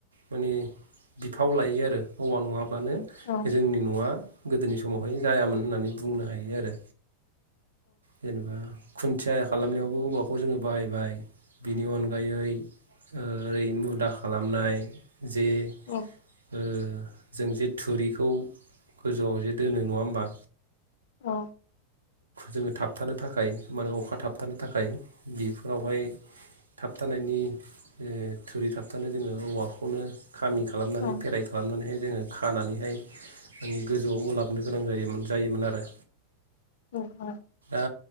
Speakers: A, on the right; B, on the left.
A: माने बिफाव लायो आरो औवा नङा बानो
B: औ
A: जोंनि नआ गोदोनि सम समावहाय जायामोन होननानै बुंनो हायो आरो जेनेबा खुन्थिया खालामनायावबो औवाखौ जोङो बाहायबाय बिनि अनगायै ओरै मुदा खालामनाय जे ओ
B: औ
A: जों जे थुरिखौ गोजौआव जे दोनो नङा होमबा
B: औ
A: जोङो थाबथानो थाखाय माने अखा थाबथानो थाखाय बेफोर फोरावहाय थाब थाबथानायनि ओ थुरि थाबथानो जोङो औवाखौनो खामि खालामनानै
B: औ
A: फेराइ खालामनानै नाय जोङो खानानैहाय गोजौआव उलाबनो गोनां जायमोन जायोमोन आरो
B: अ औ
A: दा